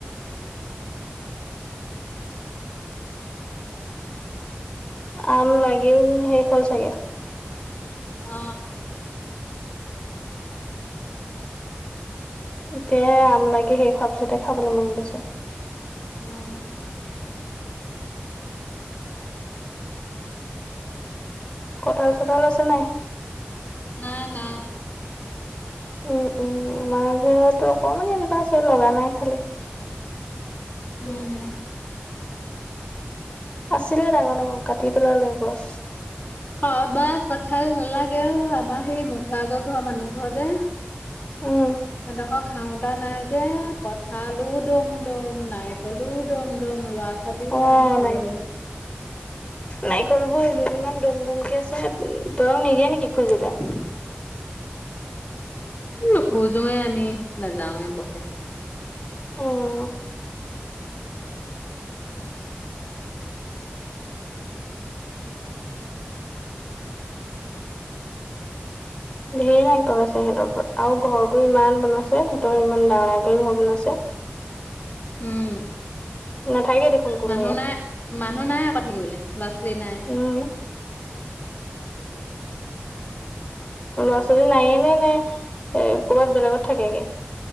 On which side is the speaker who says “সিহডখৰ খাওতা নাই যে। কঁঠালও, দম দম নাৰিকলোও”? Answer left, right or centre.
Left